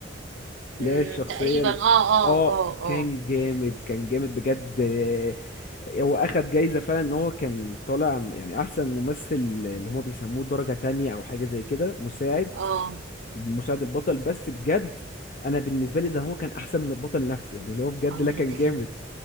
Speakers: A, on the right (about 80°); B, on the left (about 45°).
A: مم،
B: اللي هي الشخصية
A: تقريبا
B: ال-
A: اه اه
B: اه
A: اه اه
B: كان جامد كان جامد بجد آه، هو اخد جايزة فعلا ان هو كان طالع يعني احسن ممثل اللي هما بيسموه درجة تانية او حاجة زي كده مساعد
A: اه
B: مساعد البطل بس بجد انا بالنسبة لي ده هو كان احسن من البطل نفسه يعني اللي هو بجد
A: اقول
B: لا كان
A: لك ده
B: جامد
A: كان